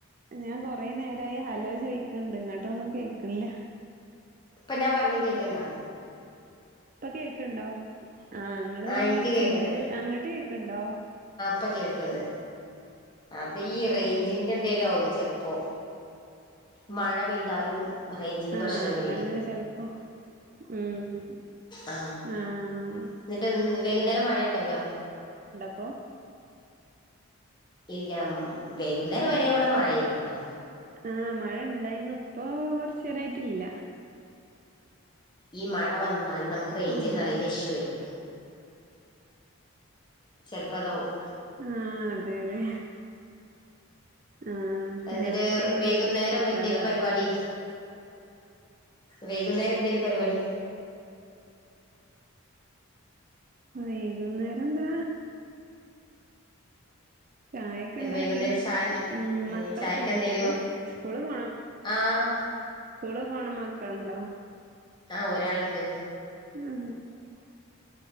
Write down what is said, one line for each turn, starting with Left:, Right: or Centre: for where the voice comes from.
Right: ഞാൻ കൊറേ നേരായി ഹലോ ചോയിക്കണുണ്ട് ഇങ്ങാട്ടൊന്നും കേക്കണില്ല
Left: ഇപ്പൊ ഞാൻ പറയണ കേക്കണുണ്ടോ
Right: ഇപ്പൊ കേക്കണുണ്ടോ ആ ഇങ്ങള്
Left: ആഹ്
Right: പറഞ്ഞ
Left: എനിക്ക്
Right: കേക്കണുണ്ട്
Left: കേൾക്കണ്ട്
Right: അങ്ങോട്ട് കേക്കണുണ്ടോ
Left: ഇപ്പം കേൾക്കൊണ്ട് അതീ റേഞ്ചി എന്തേലും ആകും ചെലപ്പോ മഴ പെയ്താലും റേഞ്ചിന്
Right: ആ
Left: പ്രശ്നം വരെ
Right: അതങ്ങനെ ചെലപ്പം ഉം ഉം
Left: ആ
Right: ആഹ്
Left: എന്നിട്ട് വൈകുന്നേരം മഴ ഉണ്ടായിനോ
Right: അപ്പോ
Left: ഇല്ല മം വൈകുന്നേരം വരെ ഇവിടെ മഴയായിരുന്നൂട്ടോ
Right: ആ മഴ ഇണ്ടായിരുന്നു ഇപ്പോ കൊറച്ചേരായിട്ടില്ല
Left: ഈ മഴ വന്നാലും നമുക്ക് റേഞ്ചിന്
Right: ഉം
Left: നല്ല ഇഷ്യൂ വരും ചെലപ്പോതാവും
Right: ആ അതെ അതെ ആഹ്
Left: എന്നിട്ട്
Right: നെറ്റ്
Left: വൈകുന്നേരം
Right: കിട്ടാതാവും
Left: എന്തേലും പരുപാടി വൈകുന്നേരം എന്തേലും പരുപാടി
Right: വൈകുന്നേരന്താ ചായൊക്കെ ഇണ്ടാക്കി
Left: വൈകുന്നേരം ചായന്നുണ്ടായി
Right: ഉം മക്കളൊക്കെയില്ലേ
Left: ചായക്ക് എന്തേനു
Right: ഇങ്ങക്ക് സ്കൂള് പോണം
Left: ആഹ്
Right: സ്കൂള് പോണ മക്കള്ണ്ടോ?
Left: ആ ഒരാള്ണ്ട്
Right: <unintelligible>